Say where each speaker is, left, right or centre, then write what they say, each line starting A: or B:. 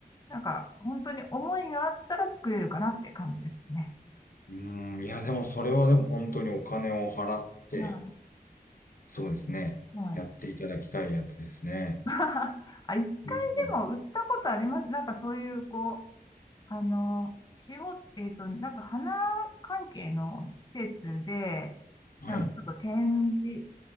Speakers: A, on the left (about 25°); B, on the left (about 60°).
A: なんか、本当に思いがあったら作れるかなっていう感じですね。
B: うんいや、でもそれはでも本当にお金を払って、
A: は
B: そうですね。
A: い。はい。
B: やっていただきたいやつですね。
A: <laughs> あ、一回でも売ったことあります。
B: うん
A: なんかそういう、こう、あの、仕事、えっと、なんか花関係の施設で、
B: はい、
A: なんかちょっと展示、